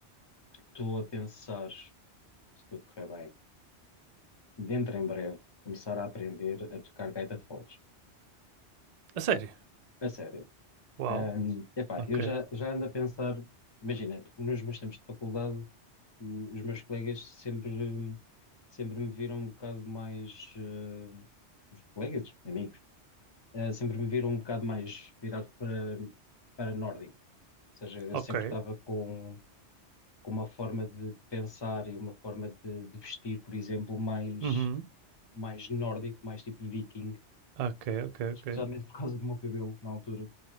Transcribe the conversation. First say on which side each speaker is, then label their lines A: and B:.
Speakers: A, on the left; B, on the right.
A: estou a pensar, se tudo correr bem, dentro em breve, começar a aprender a tocar gaita de foles.
B: A sério?
A: A sério.
B: Uau,
A: Ahm, epá,
B: ok,
A: eu já, já ando a pensar, imagina, nos meus tempos de faculdade, o- os meus colegas sempre, sempre me viram um bocado mais, eh, os colegas, amigos, eh, sempre me viram um bocado mais virado para, para nórdico. Ou seja, eu
B: ok.
A: sempre estava com, com uma forma de pensar e uma forma de, de vestir, por exemplo, mais,
B: Uhum,
A: mais nórdico, mais tipo viking,
B: ok, ok, ok.
A: especialmente por causa do meu cabelo na altura.